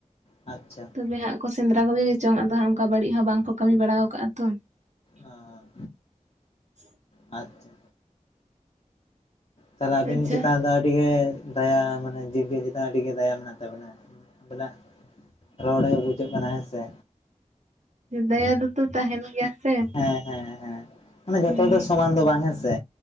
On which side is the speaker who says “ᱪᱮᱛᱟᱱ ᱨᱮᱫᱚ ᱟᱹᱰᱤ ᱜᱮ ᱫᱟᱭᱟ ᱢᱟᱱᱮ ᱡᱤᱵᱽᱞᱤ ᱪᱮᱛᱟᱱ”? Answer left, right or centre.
Left